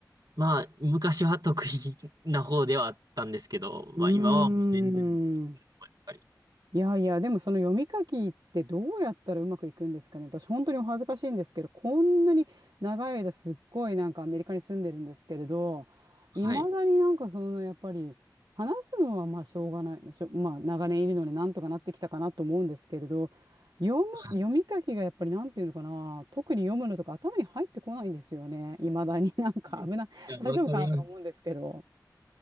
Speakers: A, on the right; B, on the right.
A: まあ、昔は得意な方ではあったんですけど、
B: うーん。
A: まあ今はもう全然、やっぱり。
B: いやいや、でもその読み書きってどうやったらうまくいくんですかね。私本当にお恥ずかしいんですけど、こんなに長い間すっごいなんかアメリカに住んでるんですけれど、いまだになんかそのやっぱり話すのはまあしょうがない、
A: はい。
B: しょ、まあ長年いるのでなんとかなってきたかなと思うんですけれど、読む、
A: はい。
B: 読み書きがやっぱりなんていうのかな、特に読むのとか頭に入ってこないんですよね。いまだになんか危ない、
A: いや、わかります。
B: 大丈夫かなとか思うんですけど。